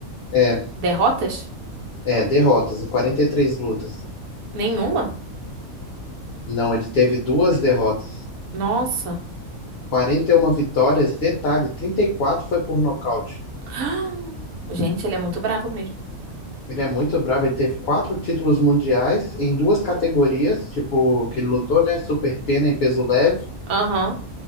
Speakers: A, on the left; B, on the right.
A: É,
B: Derrotas?
A: é, derrotas, em 43 lutas.
B: Nenhuma?
A: Não, ele teve duas derrotas.
B: Nossa.
A: 41 vitórias, e detalhe, 34 foi por nocaute.
B: <gasps> Gente, ele é muito brabo mesmo.
A: Ele é muito bravo, ele teve quatro títulos mundiais em duas categorias, tipo, que ele lutou, né? Super pena e peso leve.
B: Aham.